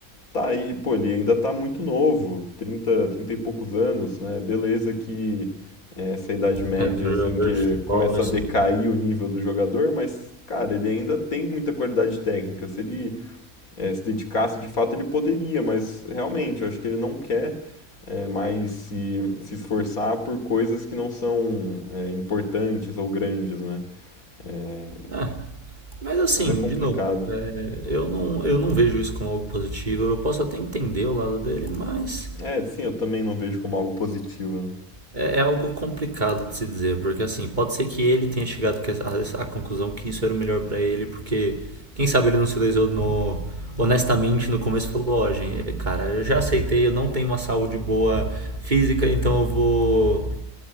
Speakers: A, on the left; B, on the right.
A: Tá aí, pô, ele ainda tá muito novo, trinta trinta e poucos anos, né? Beleza que é, essa idade média,
B: É, para
A: assim,
B: jogador
A: que
B: de futebol,
A: começa
B: isso
A: a decair
B: não.
A: o nível do jogador, mas, cara, ele ainda tem muita qualidade técnica. Se ele é, se dedicasse, de fato, ele poderia, mas realmente, eu acho que ele não quer é, mais se, se esforçar por coisas que não são é, importantes ou grandes, né? É,
B: É, mas assim,
A: mas é complicado.
B: de novo, é, eu não, eu não vejo isso como algo positivo. Eu posso até entender o lado dele, mas
A: É, sim, eu também não vejo como algo positivo, né?
B: é, é algo complicado de se dizer, porque assim, pode ser que ele tenha chegado que- à, à conclusão que isso era o melhor pra ele, porque quem sabe ele não se lesionou honestamente no começo e falou, ó, gente, cara, eu já aceitei, eu não tenho uma saúde boa física, então eu vou